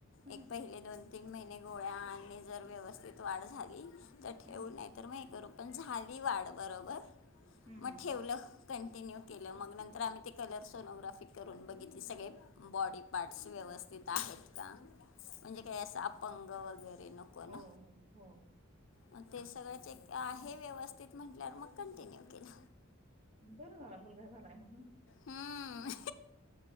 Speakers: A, on the right; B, on the left.
A: हम्म
B: एक पहिले दोन.. तीन महिने गोळ्या आणि जर व्यवस्थित वाढ झाली तर
A: हम्म
B: ठेवून नाही तर मग. करू पण झाली वाढ बरोबर
A: हम्म
B: मग
A: हम्म
B: ठेवलं. कंटिन्यू केलं मग नंतर आम्ही ते कलर सोनोग्राफी करून बघितली सगळे बॉडी. पाठशी व्यवस्थित आहेत का म्हणजे
A: हम्म.
B: काय अस अपंग वगैरे. ते नको ना.
A: हो हो हो.
B: म ते सगळं चेक आहे व्यवस्थित म्हटल्यावर मग कंटिन्यू केलं.
A: बर झाल मुलगा झालाय म्हणून.
B: हम्म